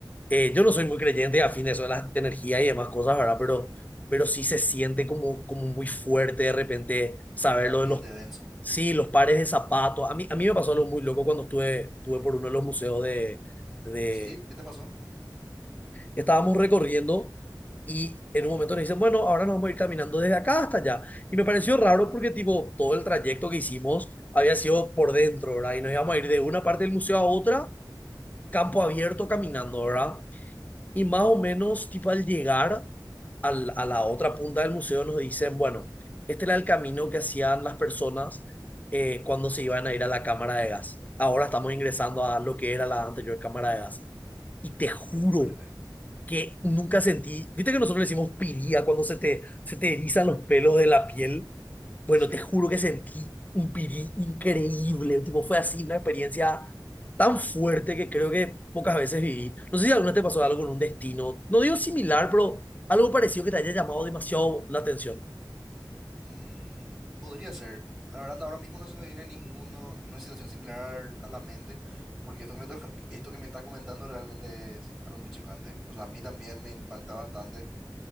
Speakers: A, on the left; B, in the centre.
A: eh, yo no soy muy creyente afín a eso de las energías y demás cosas, ¿verdad? Pero, pero sí se siente como, como muy fuerte de repente saber
B: Un ambiente
A: lo de los,
B: denso.
A: sí, los pares de zapatos. A mí, a mí me pasó algo muy loco cuando estuve, estuve por uno de los museos de, de...
B: ¿Sí? ¿Qué te pasó?
A: Estábamos recorriendo y en un momento nos dicen, bueno, ahora nos vamos a ir caminando desde acá hasta allá. Y me pareció raro porque tipo todo el trayecto que hicimos había sido por dentro, ¿verdad? Y nos íbamos a ir de una parte del museo a otra, campo abierto, caminando, ¿verdad? Y más o menos, tipo al llegar al- a la otra punta del museo, nos dicen, bueno, este era el camino que hacían las personas eh, cuando se iban a ir a la cámara de gas. Ahora estamos ingresando a lo que era la anterior cámara de gas. Y te juro
B: Qué fuerte.
A: que nunca sentí, viste que nosotros le decimos piría cuando se te, se te erizan los pelos de la piel.
B: Sí,
A: Bueno,
B: sí.
A: te juro que sentí un pirí increíble. Tipo, fue así una experiencia tan fuerte que creo que pocas veces viví. No sé si alguna vez te pasó algo con un destino. No digo similar, pero algo parecido que te haya llamado demasiado la atención.
B: Mm, podría ser. La verdad, ahora mismo no se me viene ninguno, ninguna situación similar a la mente, porque esto que me, to- <laughs> esto que me estás comentando realmente es algo muy chocante. O sea, a mí también me impacta bastante